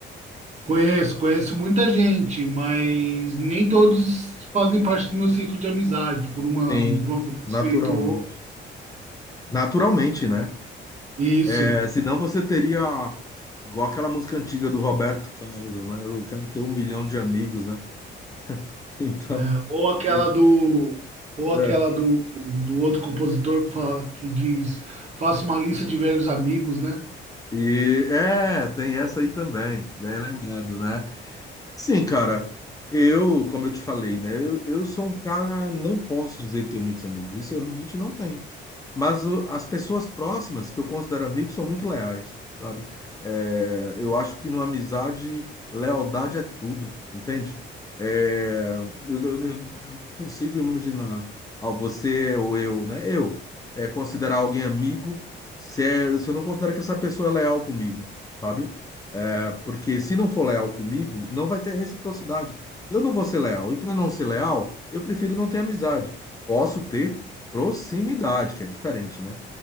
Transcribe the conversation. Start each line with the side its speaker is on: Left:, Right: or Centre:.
Right: Conheço, conheço muita gente, mas nem todos fazem parte do meu ciclo de amizade por uma,
Left: Sim.
Right: por um acontecimento
Left: Naturalmente.
Right: ou
Left: Naturalmente, né?
Right: Isso.
Left: É, senão você teria, igual aquela música antiga do Roberto Carlos, né? Eu quero ter um milhão de amigos, né? <laughs> Então,
Right: É, ou aquela
Left: e,
Right: do, ou
Left: é,
Right: aquela do, do outro compositor que fala, que diz, faça uma lista de velhos amigos, né?
Left: e- é, tem essa aí também, bem lembrado, né? Sim, cara, eu, como eu te falei, né? Eu, eu sou um cara, não posso dizer que tenho muitos amigos, isso eu realmente não tenho. Mas o- as pessoas próximas, que eu considero amigos, são muito leais, sabe? É, eu acho que numa amizade, lealdade é tudo, entende? É, eu, eu- eu não eu não consigo imaginar ó, você ou eu, né? Eu é, considerar alguém amigo se, é- se eu não considero que essa pessoa é leal comigo, sabe? É, porque se não for leal comigo, não vai ter reciprocidade. Eu não vou ser leal. E para não ser leal, eu prefiro não ter amizade. Posso ter proximidade, que é diferente, né?